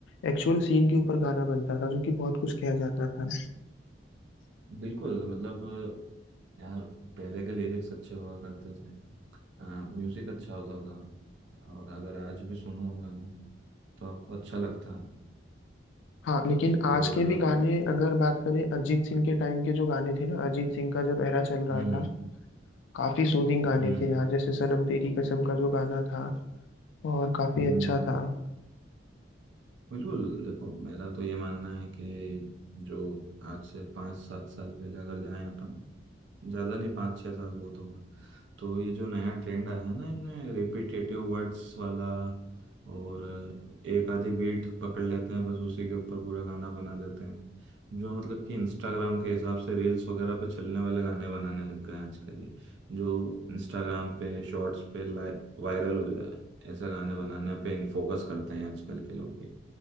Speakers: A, on the left; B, on the right.
A: एक्चुअल सीन के ऊपर गाना बनता था जो कि बहुत कुछ किया जाता था
B: बिल्कुल मतलब यार पहले के लिरिक्स अच्छे हुआ करते थे म्यूजिक अच्छा होता था और अगर आज भी सुनो उन गानों को तो आपको अच्छा लगता है।
A: हाँ लेकिन आज
B: और
A: के
B: हम्म
A: भी गाने अगर बात करें अरिजीत सिंह के टाइम के जो गाने थे ना अरिजीत सिंह का जब एरा चल रहा
B: हम्म
A: था काफी सूदिंग गाने
B: हम्म
A: थे यार जैसे सनम तेरी कसम का जो गाना था और काफी
B: हम्म,
A: अच्छा था
B: बिल्कुल देखो मेरा तो ये मानना है कि जो आज से पाँच सात साल पहले अगर जाएं अपन ज़्यादा नहीं पाँच छः साल बहुत हो गए तो ये जो नया ट्रेंड आया है ना इनमें रिपीटेटिव वर्ड्स वाला और एक आधी बीट पकड़ लेते हैं बस उसी के ऊपर पूरा गाना बना देते हैं जो मतलब कि इंस्टाग्राम के हिसाब से रील्स वगैरह पे चलने वाले गाने बनाने लग गए हैं आजकल ये जो इंस्टाग्राम पे शॉर्ट्स पे वायरल हो जाए ऐसा गाने बनाने पे फोकस करते हैं आजकल के लोग भी